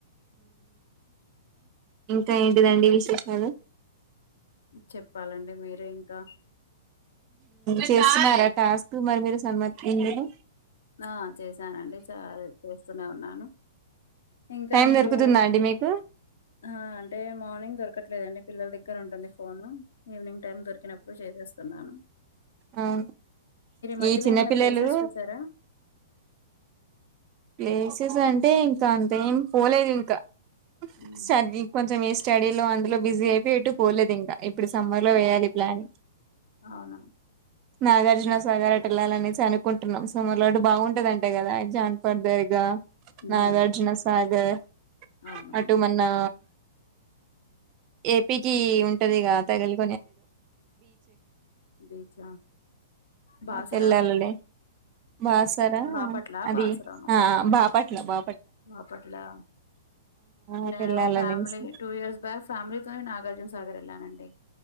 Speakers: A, on the right (about 35°); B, on the left (about 70°).
A: ఇంకా ఏంటిదండి విశేషాలు,
B: చెప్పాలండి మీరే ఇంకా
A: చేస్తున్నారా టాస్క్ మరి మీరు సన్మతి ఇందులో
B: ఆ చేశానండి చ చేస్తూనే ఉన్నాను, ఇంకా
A: టైం
B: మీరు
A: దొరుకుతుందా అండి మీకు
B: ఆ అంటే మార్నింగ్ దొరకట్లేదండి పిల్లల దగ్గర ఉంటుంది. ఫోను ఈవినింగ్ టైమ్ దొరికినప్పుడు చేస్త, చేస్తున్నాను
A: అవు
B: మధ్యలో
A: ఈ చిన్న
B: ఏమైనా
A: పిల్లలు
B: ప్లేసెస్ చూసారా
A: ప్లేసెస్ అంటే ఇంకా అంత ఏం పోలేదు ఇంకా
B: హుహు.
A: చదివి కొంచెం ఈ స్టడీ లో అందులో బిజీ అయిపోయి పోలేదు ఇంకా ఇప్పుడు సమ్మర్ లో వేయాలి ప్లాన్
B: అవు
A: నాగార్జున సాగర్ వెళ్లాల అనేసి అనుకుంటున్నాం సో మలాటు బాగుంటది అంట కదా పర్ధగా
B: హ్మ్.
A: నాగార్జున సాగర్
B: అవునవును
A: అటుమన్నా, ఏపీకి ఉంటదిగా తగిలి
B: బేచం బాసరా,
A: అటు వెళ్ళాలిలే బాసర
B: బాపట్లా,
A: అది
B: బాసరా
A: ఆ బాపట్ల బా
B: బాపట్లా
A: అటు
B: నేను
A: వెళ్ళాలనేసి
B: ఫ్యామిలీ టూ ఇయర్స్ బ్యాక్ ఫ్యామిలీతోనే నాగార్జున సాగర్ వెళ్ళానండి,